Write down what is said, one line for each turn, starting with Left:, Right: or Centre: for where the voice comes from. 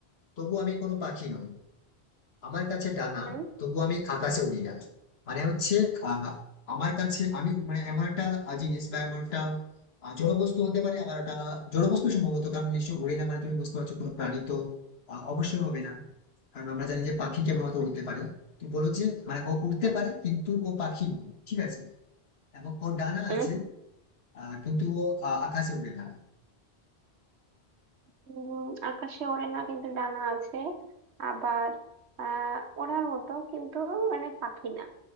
Left: তবু আমি কোনো পাখি নই আমার কাছে ডানা
Right: হুম
Left: তবু আমি আকাশে উড়ি না মানে হচ্ছে আহ আমার কাছে আমি মানে এমন একটা আহ, জিনিস বা এমন একটা আহ, জড় বস্তু হতে পারে আবার একটা জড় বস্তু সম্ভবত কারণ নিশ্চয় উড়ে না মানে তুমি বুঝতে পারছো কোনো প্রাণী তো আহ, অবশ্যই হবে না কারণ আমরা জানি যে পাখি কেবলমাত্র
Right: হুম
Left: উড়তে পারে তুমি বলো যে মানে ও উড়তে
Right: হুম
Left: পারে কিন্তু ও পাখি নয় ঠিক আছে এবং ওর ডানা
Right: হুম।
Left: আছে আহ, কিন্তু ও আহ, আকাশে উড়ে না
Right: উম, আকাশে ওড়ে না কিন্তু ডানা আছে আবার আহ ওড়ার মতো কিন্তু মানে পাখি না